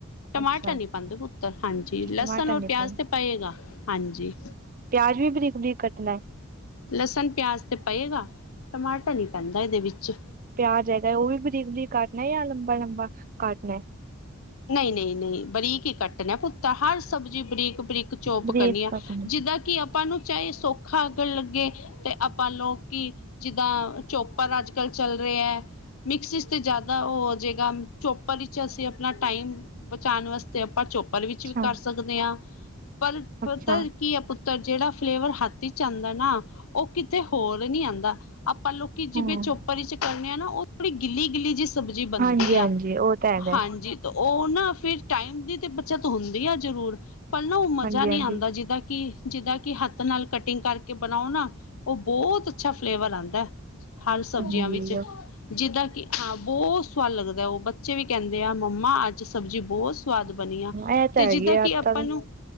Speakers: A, on the left; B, on the right.
A: ਟਮਾਟਰ
B: ਅੱਛਾ
A: ਨੀ ਪਾਉਂਦੇ ਪੁੱਤਰ ਹਾਂਜੀ ਲਸਣ
B: ਟਮਾਟਰ
A: ਔਰ
B: ਨੀ
A: ਪਿਆਜ
B: ਪੈਣਾ
A: ਤੇ ਪਏਗਾ ਹਾਂਜੀ।
B: ਅਜ ਵੀ ਬਰੀਕ ਬਰੀਕ ਕੱਟਣਾ ਹੈ।
A: ਲਸਣ ਪਿਆਜ ਤੇ ਪਏਗਾ ਟਮਾਟਰ ਨੀ ਪੈਂਦਾ ਇਹਦੇ ਵਿੱਚ।
B: ਜਾਏ ਉਹ ਵੀ ਵਧੀਕ ਵਧੀਕ ਕਾਟਨਾ ਜਾਂ ਲੰਬਾ ਲੰਬਾ ਕੱਟਨਾ।
A: ਨਹੀਂ ਨਹੀਂ ਨਹੀਂ ਬਰੀਕ ਹੀ ਕੱਟਣਾ ਪੁੱ। ਤਾਂ ਹਰ ਸਬਜ਼ੀ ਬਰੀਕ ਬਰੀਕ ਚੋਪ
B: ਬਰੇਕ
A: ਕਰਨੀ ਆ
B: ਕੱਟ ਨੇ
A: ਜਿੱਦਾਂ ਕਿ ਆਪਾਂ ਨੂੰ ਚਾਹੇ ਸੌਖਾ ਅਗਣ ਲੱਗੇ ਤੇ ਆਪਾਂ ਲੋਕ ਕਿ ਜਿੱਦਾਂ ਚੋਪਰ ਅੱਜ ਕੱਲ ਚੱਲ ਰਿਹਾ। ਮਿਕਸ ਤੇ ਜ਼ਿਆਦਾ ਉਹ ਹੋ ਜਾਏਗਾ ਚੋਪਰ ਵਿੱਚ ਅਸੀਂ ਆਪਣਾ ਟਾਈਮ ਬਚਾਉਣ ਵਾਸਤੇ ਆਪਾਂ ਚੋਪਰ ਵਿੱਚ
B: ਅੱਛਾ
A: ਵੀ ਕਰ ਸਕਦੇ ਹਾਂ। ਪਰ ਪਤਾ
B: ਅੱਛਾ
A: ਕੀ ਹੈ ਪੁੱਤਰ ਜਿਹੜਾ ਫਲੇਵਰ ਹੱਥ ਚ ਆਉਂਦਾ ਨਾ ਉਹ ਥ ਹੋਰ ਨੀ ਆਉਂਦਾ ਆਪਾਂ ਲੋਕੀ ਜਿਵੇਂ
B: ਹਾਂ
A: ਚੋਪਰ ਚ ਕਰਨੇ ਆ ਨਾ ਉਹ ਥੋੜੀ ਗਿੱਲੀ ਗਿੱਲੀ ਜਿਸ ਸਬਜ਼ੀ ਬਣਦੀ
B: ਹਾਂਜੀ ਹਾਂਜੀ
A: ਆ
B: ਉਹ ਤਾਂ ਹੈਗਾ
A: ਹਾਂਜੀ। ਉਹ ਨਾ ਫਿਰ ਟਾਈਮ ਦੀ ਤੇ ਬੱਚਾ ਤੋਂ ਹੁੰਦੀ ਆ ਜ਼ਰੂਰ। ਪਲ ਉਹ ਮਜ਼ਾ
B: ਹਾਂਜੀ
A: ਨਹੀਂੀ
B: ਹਾਂਜੀ
A: ਆਉਂਦਾ ਜਿੱਦਾਂ ਕਿ ਜਿਦਾਂ ਕਿ ਹੱਥ ਨਾਲ ਕਟਿੰਗ ਕਰਕੇ ਬਣਾਓ ਨਾ ਉਹ ਬਹੁਤ ਅੱਛਾ ਫਲੇਵਰ ਆਦਾ ਹੈ। ਹਰ ਸਬਜ਼ੀਆਂ
B: ਹਾਂਜੀ
A: ਵਿੱਚ ਜਿੱਦਾਂ ਕਿ ਹਾਂ ਬਹੁਤ ਸਵਾਦ ਲੱਗਦਾ ਉਹ ਬੱਚੇ ਵੀ ਕਹਿੰਦੇ ਆ। ਮੰਮਾ ਅੱਜ ਸਬਜ਼ੀ ਬਹੁਤ ਸਵਾਦ ਬਣੀ ਆ
B: ਇਹ ਤਾਂ
A: ਤੇ
B: ਹੈਗੀ
A: ਜਿੱਦਾਂ
B: ਆ
A: ਕਿ
B: ਤਾਂ
A: ਆਪਾਂ ਨੂੰ